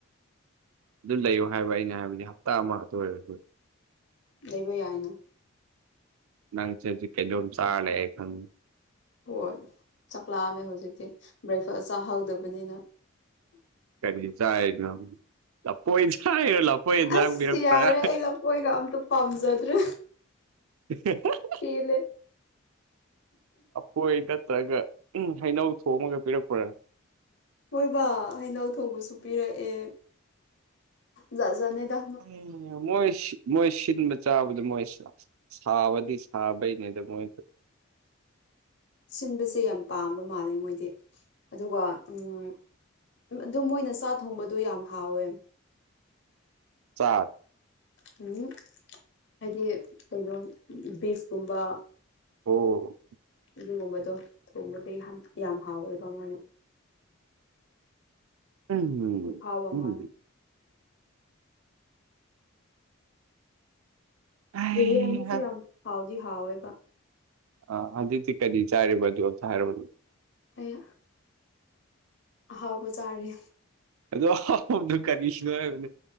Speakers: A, on the right; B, on the left.
A: ꯑꯗꯨ ꯂꯩꯌꯣ ꯍꯥꯏꯕ ꯑꯩꯅ ꯍꯥꯏꯕꯗꯤ ꯍꯞꯇꯥ ꯑꯃ ꯈꯠꯇ ꯑꯣꯏꯔꯁꯨ
B: ꯂꯩꯕ ꯌꯥꯏꯅ
A: ꯅꯪ ꯆꯖꯤꯛ ꯀꯩꯅꯣꯝ ꯆꯥꯔ ꯂꯩꯌꯦ ꯑꯩ ꯈꯪꯉꯦ
B: ꯍꯣꯏ ꯆꯥꯛ ꯂꯥꯝꯃꯦ ꯍꯧꯖꯤꯛꯇꯤ ꯕ꯭ꯔꯦꯛꯐꯥꯁ ꯆꯥꯍꯧꯗꯕꯅꯤꯅ
A: ꯀꯔꯤ ꯆꯥꯏꯅꯣ ꯂꯐꯣꯏ ꯆꯥꯏꯔꯣ ꯂꯐꯣꯏ ꯏꯟꯖꯥꯛ
B: ꯑꯁ
A: ꯄꯤꯔꯛꯄ꯭ꯔꯥ
B: ꯌꯥꯔꯦ <unintelligible> ꯄꯥꯝꯖꯗ꯭ꯔꯦ
A: <unintelligible>
B: ꯄꯦꯜꯂꯦ
A: ꯍꯣꯏ ꯅꯠꯇ꯭ꯔꯒ ꯍꯩꯅꯧ ꯊꯣꯡꯉꯒ ꯄꯤꯔꯛꯄ꯭ꯔ
B: ꯍꯣꯏꯕꯥ ꯍꯩꯅꯧ ꯊꯣꯡꯕꯁꯨ ꯄꯤꯔꯛꯑꯦ ꯖꯥꯠ ꯖꯥꯠꯅꯤꯗ
A: <unintelligible> ꯃꯣꯏꯁ ꯃꯣꯏ ꯁꯤꯟꯕ ꯆꯥꯕꯗꯣ ꯃꯣꯏ ꯁꯥ ꯁꯥꯕꯗꯤ ꯁꯥꯕꯩꯅꯦꯗ ꯃꯣꯏꯗꯣ
B: ꯁꯤꯟꯕꯁꯦ ꯌꯥꯝ ꯄꯥꯝꯕ ꯃꯥꯜꯂꯦ ꯃꯣꯏꯗꯤ ꯑꯗꯨꯒ ꯎꯝ ꯑꯗꯨ ꯃꯣꯏꯅ ꯆꯥꯛ ꯊꯣꯡꯕꯗꯣ ꯌꯥꯝ ꯍꯥꯎꯋꯦ
A: ꯆꯥꯛ
B: ꯍꯨꯝ ꯍꯥꯏꯗꯤ ꯀꯩꯅꯣ ꯕꯤꯁꯀꯨꯝꯕ
A: ꯑꯣ
B: ꯑꯗꯨꯒꯨꯝꯕꯗꯣ ꯊꯣꯡꯕꯗꯤ ꯌꯥꯝ ꯌꯥꯝ ꯍꯥꯎꯋꯦꯕ ꯃꯣꯏꯅ
A: ꯎꯝꯝ
B: ꯈꯨꯍꯥꯎ ꯑꯃꯅꯦ
A: ꯎꯝ ꯍꯩꯍꯥ
B: ꯕꯤꯔꯌꯥꯅꯤꯁꯨ ꯌꯥꯝ ꯍꯥꯎꯗꯤ ꯍꯥꯎꯋꯦꯕ
A: ꯑꯥ ꯍꯧꯖꯤꯛꯇꯤ ꯀꯔꯤ ꯆꯥꯔꯤꯕ ꯑꯗꯣ ꯑꯝꯇ ꯍꯥꯏꯔꯛꯎꯅꯦ
B: ꯑꯌꯥ ꯑꯍꯥꯎꯕ ꯆꯥꯔꯦ
A: ꯑꯗꯨꯛ ꯍꯥꯎꯕꯗꯣ ꯀꯔꯤꯅꯣ ꯍꯥꯏꯕꯅꯤ